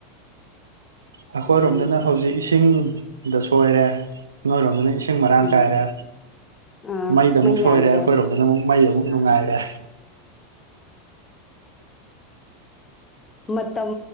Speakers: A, on the right; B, on the left.
A: ꯑꯩꯈꯣꯏꯔꯣꯝꯗꯅ
B: ꯃꯥꯅꯦ
A: ꯍꯧꯖꯤꯛ ꯏꯁꯤꯡꯗ ꯁꯣꯏꯔꯦ ꯅꯣꯏꯔꯣꯝꯗꯅ ꯏꯁꯤꯡ ꯁꯤꯡ ꯃꯔꯔꯥꯡ
B: ꯑꯥ
A: ꯀꯥꯏꯔꯦ
B: ꯑꯥ
A: ꯃꯩꯗ ꯑꯃꯨꯛ
B: ꯃꯩ
A: ꯁꯣꯏꯔꯦ
B: ꯌꯥꯗ꯭ꯔꯦ
A: ꯑꯩꯈꯣꯏꯔꯣꯝꯗꯅ ꯑꯃꯨꯛ ꯃꯩ ꯑꯃꯨꯛ
B: ꯑ
A: ꯅꯨꯡꯉꯥꯏꯔꯦ
B: ꯃꯇꯝ